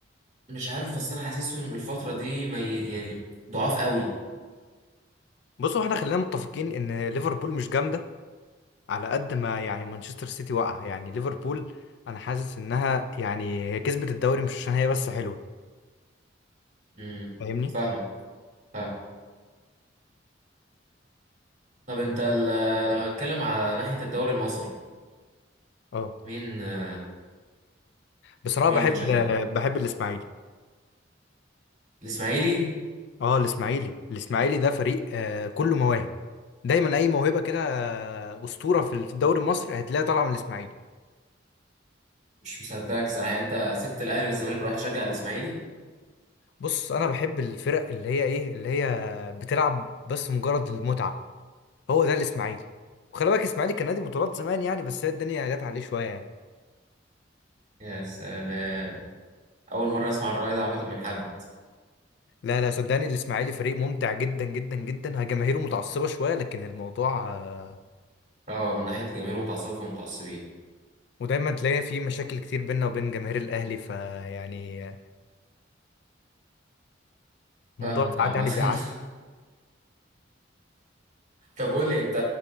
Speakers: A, on the right (about 40°); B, on the left (about 60°).
A: مش عارف بس انا حاسسهم الفتره دي ما ي... يعني ضعاف قوي
B: بصوا احنا خلينا متفقين ان ليفربول مش جامدة على قد ما يعني مانشستر سيتي واقع يعني ليفربول انا حاسس انها يعني هي كسبت الدوري مش عشان هي بس حلوة
A: امم
B: فاهمني
A: فاهمك فاهم طب انت ال- لو هنتكلم على ناحيه الدوري المصري
B: اه
A: مين آه،
B: بصراحة
A: مين
B: بحب
A: اللي بتشجعه
B: بحب الاسماعيلي
A: الاسماعيلي
B: اه الاسماعيلي الاسماعيلي ده فريق آه كله مواهب دايما اي موهبه كده آه، اسطوره في في الدوري المصري هتلاقيها طالعه من الاسماعيلي
A: مش مصدقك صراحه يعني انت سبت الاهلي والزمالك ورحت تشجع الاسماعيلي
B: بص انا بحب الفرق اللي هي ايه اللي هي بتلعب بس مجرد المتعه هو ده الاسماعيلي وخلي بالك الاسماعيلي كان نادي بطولات زمان يعني بس هي الدنيا جت عليه شويه يعني
A: يا سلام اول مره اسمع الراي ده عامه من حد
B: لا لا صدقني الاسماعيلي فريق ممتع جدا جدا جدا هي جماهيره متعصبه شويه لكن الموضوع آه،
A: اه من ناحيه جماهير متعصبه فمتعصبين
B: ودايما تلاقي فيه مشاكل كتير بيننا وبين جماهير الاهلي فيعني الموضوع
A: فاهمك
B: ساعات
A: عامه
B: يعني بيعدي
A: <laughs> طب قول لي انت